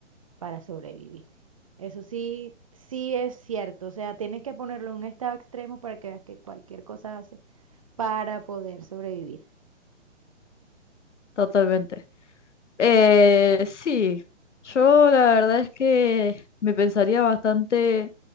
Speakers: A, on the right; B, on the left.
A: para sobrevivir. Eso sí, sí es cierto. O sea, tienes que ponerlo en un estado extremo para que veas que cualquier cosa hace para poder sobrevivir.
B: totalmente. Eh, sí, yo la verdad es que me pensaría bastante